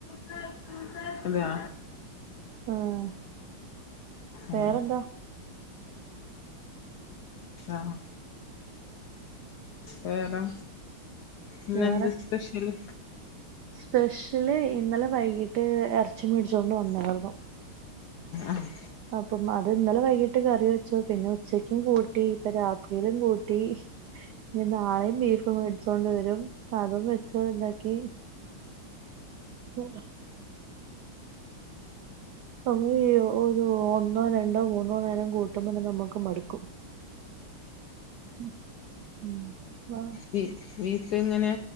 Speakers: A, on the left; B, on the right.
A: ജൂസ് എന്തിന?
B: ആഹ് വേറെന്താ
A: ആഹ് ആഹ് വേറെ ഇന്നന്തെ
B: വേറെ
A: സ്പെഷ്യല്?
B: സ്പെഷ്യല് ഇന്നലെ വൈകിട്ട് എറച്ചി മേടിച്ചൊണ്ട് വന്നാർന്ന്
A: ആഹ്
B: അപ്പം അത് ഇന്നലെ വൈകിട്ട് കറി വെച്ചു. പിന്നെ ഉച്ചക്കും കൂട്ടി. ഇപ്പ രാത്രിയിലും കൂട്ടി. ഞി നാളെയും ബീഫ് മേടിച്ചോണ്ട് വരും അതും വെച്ച്ണ്ടാക്കി. <inaudible> <unintelligible> ഒരു ഒന്നോ രണ്ടോ മൂന്നോ നേരം കൂട്ടുമ്പോന്നമ്മക്ക് മടുക്കും. ഉം ഉം ആഹ്
A: ബി ബീഫ്എങ്ങനെ